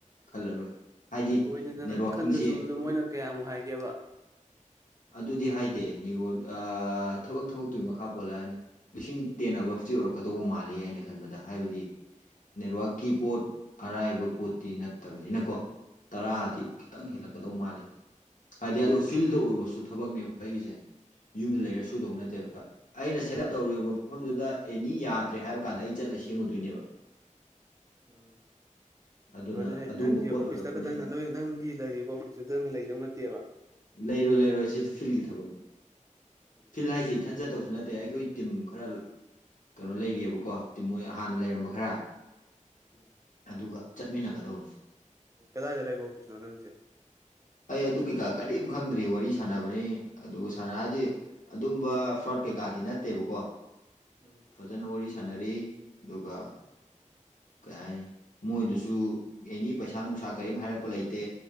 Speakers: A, on the left; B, on the right.
A: ꯈꯜꯂꯔꯣꯏ ꯍꯥꯏꯗꯤ
B: ꯍꯣꯏꯅꯦ ꯅꯪꯅ
A: ꯅꯦꯠꯋꯥꯛꯀꯤꯡꯁꯦ
B: ꯈꯟꯗ꯭ꯔꯁꯨ ꯑꯗꯣ ꯃꯣꯏꯅ ꯀꯌꯥꯃꯨꯛ ꯍꯥꯏꯒꯦꯕ
A: ꯑꯗꯨꯗꯤ ꯍꯥꯏꯗꯦ ꯅꯤꯉꯣꯜ ꯊꯕꯛ ꯊꯕꯛꯇꯨꯒꯤ ꯃꯈꯥ ꯄꯣꯜꯂꯛꯑꯅꯤ ꯂꯤꯁꯤꯡ ꯇꯦꯟꯑꯕꯞꯇꯤ
B: ꯎꯝ
A: ꯑꯣꯏꯔꯛꯀꯗꯧꯕ ꯃꯥꯜꯂꯤ ꯑꯩꯅ ꯈꯟꯕꯗ ꯍꯥꯏꯕꯗꯤ ꯅꯦꯠꯋꯥꯛꯀꯤ ꯄꯣꯠ ꯑꯔꯥꯏꯕ ꯄꯣꯠꯇꯤ ꯅꯠꯇꯕꯅꯤꯅꯀꯣ ꯇꯔꯥꯗꯤ
B: ꯎꯝ
A: ꯈꯤꯇꯪ ꯍꯦꯜꯂꯛꯀꯗꯧ ꯃꯥꯜꯂꯦ ꯍꯥꯏꯗꯤ ꯑꯗꯨ ꯐꯤꯜꯗ <unintelligible> ꯎꯕꯁꯨ ꯊꯕꯛꯅꯦꯕ ꯑꯩꯒꯤꯁꯦ ꯌꯨꯝꯗ
B: ꯎꯝ
A: ꯂꯩꯔ ꯁꯨꯗꯧ ꯅꯠꯇꯦꯕ ꯑꯩꯅ ꯁꯦꯠ ꯑꯞ ꯇꯧꯔꯤꯕ ꯃꯐꯝꯗꯨꯗ ꯑꯦꯅꯤ ꯌꯥꯗ꯭ꯔꯦ ꯍꯥꯏꯕ ꯀꯥꯟꯗ ꯑꯩ ꯆꯠꯂ ꯁꯦꯝꯃꯨꯗꯣꯏꯅꯦꯕ
B: ꯎꯝ
A: ꯑꯗꯨꯅ
B: ꯑꯗꯨꯅꯦ ꯍꯥꯏꯁꯤ
A: ꯑꯗꯨꯝꯕ
B: ꯅꯪꯒꯤ
A: ꯄꯣꯠ
B: ꯑꯣꯐꯤꯁꯇ
A: ꯑꯣꯏꯔꯛꯄꯅꯤꯅ
B: ꯈꯛꯇꯪ ꯅꯣꯏ ꯅꯪꯒꯤ ꯂꯩꯔꯤꯕ ꯑꯣꯐꯤꯁꯇꯨꯗꯪ ꯂꯩꯗꯧ ꯅꯠꯇꯦꯕ
A: ꯂꯩꯔꯣꯏ ꯂꯩꯔꯣꯏ ꯁꯤꯗꯤ ꯐꯤꯜꯒꯤ ꯊꯕꯛꯅꯤ
B: ꯎꯝ
A: ꯐꯤꯜ ꯍꯥꯏꯁꯦ ꯏꯊꯟ ꯆꯠꯇꯧ ꯁꯨ ꯅꯠꯇꯦ ꯑꯩꯈꯣꯏ ꯇꯤꯝ ꯈꯔ ꯀꯩꯅꯣ ꯂꯩꯔꯤꯑꯦꯕꯀꯣ ꯃꯣꯏ ꯍꯥꯟꯅ ꯂꯩꯔꯝꯕ ꯈꯔ
B: ꯎꯝ
A: ꯑꯗꯨꯒ ꯆꯠꯃꯤꯟꯅꯒꯗꯧꯔꯤ
B: ꯀꯗꯥꯏꯗ ꯂꯩꯕ ꯑꯣꯐꯤꯁꯅꯣ ꯅꯪꯒꯤꯁꯦ
A: ꯑꯩ ꯑꯗꯨ ꯀꯩꯀꯥ ꯀꯔꯤꯝ ꯈꯪꯗ꯭ꯔꯤ ꯋꯥꯔꯤ ꯁꯥꯟꯅꯕꯅꯤ ꯑꯗꯨꯒ ꯁꯥꯟꯅ ꯍꯥꯏꯗꯤ ꯑꯗꯨꯝꯕ ꯐ꯭ꯔꯣꯠ ꯀꯩꯀꯥꯗꯤ ꯅꯠꯇꯦꯕꯀꯣ
B: ꯎꯝ
A: ꯐꯖꯅ ꯋꯥꯔꯤ ꯁꯥꯟꯅꯔꯤ ꯑꯗꯨꯒ ꯀꯩ ꯍꯥꯏꯅꯤ ꯃꯣꯏꯗꯨꯁꯨ ꯑꯦꯅꯤ ꯄꯩꯁꯥ ꯅꯨꯡꯁꯥ ꯀꯔꯤꯝ ꯍꯥꯏꯔꯛꯄ ꯂꯩꯇꯦ